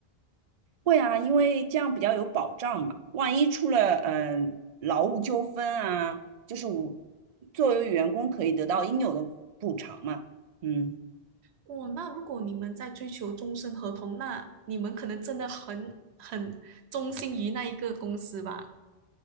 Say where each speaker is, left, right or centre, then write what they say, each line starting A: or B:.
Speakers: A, on the right; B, on the right.
A: 会啊，因为这样比较有保障嘛，万一出了嗯、呃劳务纠纷啊，就是我作为员工可以得到应有的补偿嘛。嗯，
B: 哦，那如果你们在追求终身合同，那你们可能真的很很忠心于那一个公司吧？